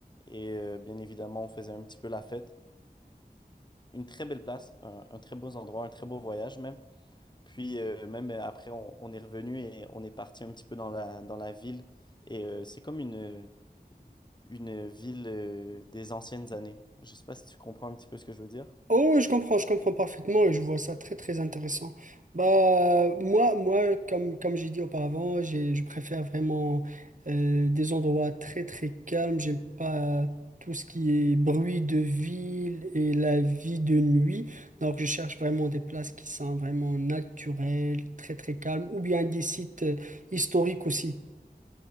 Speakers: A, on the left; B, on the right.
A: et euh, bien évidemment, on faisait un petit peu la fête une très belle place, un, un très beau endroit, un très beau voyage même. Puis euh, même euh, après, on, on est revenu et on est parti un petit peu dans la, dans la ville. Et euh, c'est comme une, une ville euh, des anciennes années. Je sais pas si tu comprends un petit peu ce que je veux dire.
B: Oh, ouais, je comprends, je comprends parfaitement et je vois ça très très intéressant. Bah moi, moi comme comme j'ai dit auparavant, j'ai, je préfère vraiment euh, des endroits très très calmes. J'aime pas tout ce qui est bruit de ville et la vie de nuit. Donc je cherche vraiment des places qui sont vraiment naturelles, très très calmes, ou bien des sites euh, historiques aussi.